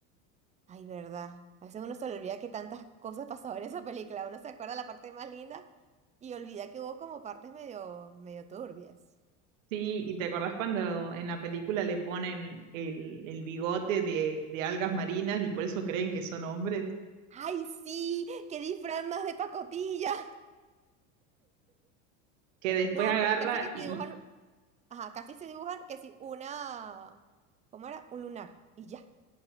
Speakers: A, on the right; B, on the right.
A: Ay, verdad. A veces uno se le olvida que tantas cosas pasaban en esa película. Uno se acuerda la parte más linda y olvida que hubo como partes medio, medio turbias.
B: Sí, y te acordás cuando en la película le ponen el, el bigote de, de algas marinas y por eso creen que son hombres,
A: ¡Ay, sí! ¡Qué disfraz más de pacotilla! <laughs>
B: que después
A: No,
B: agarra
A: que- casi que se
B: y,
A: dibujan,
B: y-
A: ajá, casi se dibujan que sí, una, ¿cómo era? Un lunar y ya.